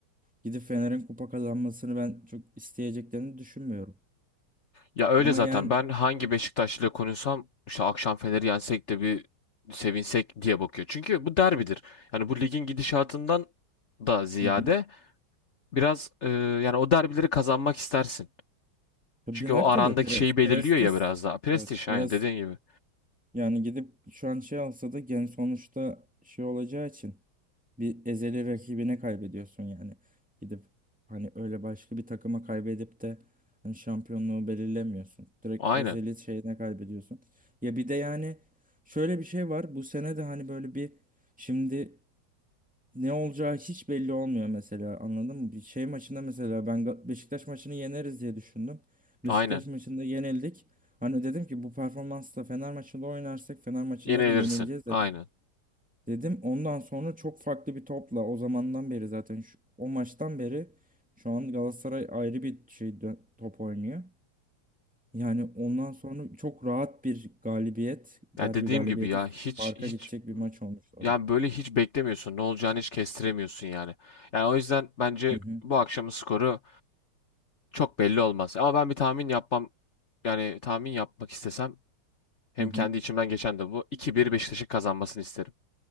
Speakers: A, in the centre; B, on the left.
A: gidip Fener'in kupa kazanmasını ben çok isteyeceklerini düşünmüyorum.
B: Ya öyle
A: Ama
B: zaten
A: yani
B: ben hangi Beşiktaşlı'yla konuşsam işte akşam Fener'i yensek de bir sevinsek diye bakıyor. Çünkü bu derbidir. Yani bu ligin gidişatından da ziyade
A: hı hı.
B: biraz e, yani o derbileri kazanmak istersin.
A: Tabii
B: Çünkü
A: her
B: o arandaki
A: türlü pres,
B: şeyi
A: prestis
B: belirliyor ya biraz daha. Prestij
A: evet, biraz
B: aynen dediğin gibi.
A: yani gidip şu an şey alsa da gen sonuçta şey olacağı için bir ezeli rakibine kaybediyorsun yani. Gidip hani öyle başka bir takıma kaybedip de hani şampiyonluğu belirlemiyorsun. Direkt
B: Aynen.
A: ezeli şeyine kaybediyorsun. Ya bir de yani şöyle bir şey var. Bu sene de hani böyle bir şimdi ne olacağı hiç belli olmuyor mesela anladın mı? Bir şey maçında mesela ben Ga- Beşiktaş maçını yeneriz diye düşündüm. Beşiktaş
B: Aynen.
A: maçında yenildik. Hani dedim ki bu performansla Fener maçında oynarsak Fener maçında
B: Yenilirsin.
A: da yenileceğiz dedim.
B: Aynen.
A: Dedim ondan sonra çok farklı bir topla o zamandan beri zaten şu, o maçtan beri şu an Galatasaray ayrı bir şey dö- top oynuyor. Yani ondan sonra çok rahat bir galibiyet, derbi
B: Ya dediğim
A: galibiyeti
B: gibi ya hiç
A: farka
B: hiç
A: gidecek bir maç olmuştu
B: yani
A: o da.
B: böyle hiç beklemiyorsun. Ne olacağını hiç kestiremiyorsun yani. Yani o yüzden bence
A: Hı hı
B: bu akşamın skoru Çok belli olmaz. Ama ben bir tahmin yapmam yani tahmin yapmak istesem hem
A: hı. hı.
B: kendi içimden geçen de bu iki bir Beşiktaş'ın kazanmasını isterim.